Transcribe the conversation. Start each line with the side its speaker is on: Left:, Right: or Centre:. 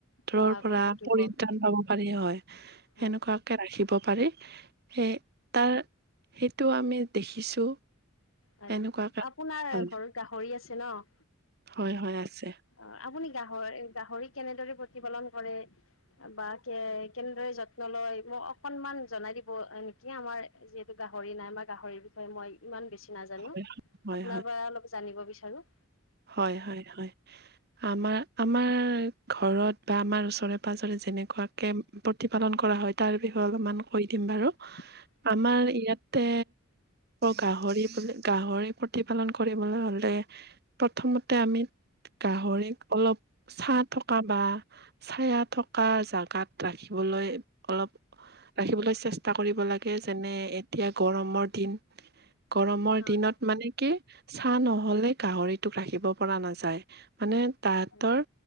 Right: জাৰৰ
Left: নোহোৱাকৈ
Right: পৰা
Left: থাকিব
Right: পৰিত্ৰাণ পাব পাৰি হয়।
Left: হয়
Right: সেনেকুৱা ৰাখিব পাৰি সে, তাৰ সেইটো আমি দেখিছো
Left: হয়,
Right: এনেকুৱাকে
Left: আপোনাৰ
Right: হয়
Left: ঘৰত গাহৰি আছে ন?
Right: হয় হয়, আছে।
Left: অ', আপুনি গাহৰি-গাহৰি কেনেদৰে প্ৰতিপালন কৰে? বা কে-কেনেদৰে যত্ন লয়, মোক অকনমান জনাই দিব নেকি আমাৰ যিহেতু গাহৰি নাই মই গাহৰিৰ বিষয়ে মই ইমান বেছি নাজানোঁ।
Right: হয়, হয়,
Left: আপোনাৰ পৰা জানিব বিচাৰোঁ।
Right: হয় হয় হয়। আমাৰ আমাৰ ঘৰত বা আমাৰ ওচৰে পাজৰে যেনেকুৱা কে প্ৰতিপালন কৰা হয় তাৰ বিষয়ে অলপমান কৈ দিম বাৰু।
Left: <unintelligible>
Right: আমাৰ ইয়াত তে গাহৰি বুলি গাহৰি প্ৰতিপালন কৰিবলৈ হ'লে প্ৰথমতে আমি গাহৰিক অলপ ছাঁ থকা বা চাইয়া থকা জাগাত ৰাখিবলৈ অলপ ৰাখিবলৈ চেষ্টা কৰিব লাগে। যেনে এতিয়া গৰমৰ দিন। গৰমৰ
Left: হয়
Right: দিনত মানে কি চাহ নহ'লে গাহৰি তোক ৰাখিব পৰা নাযায়। মানে তাহঁতৰ
Left: হয়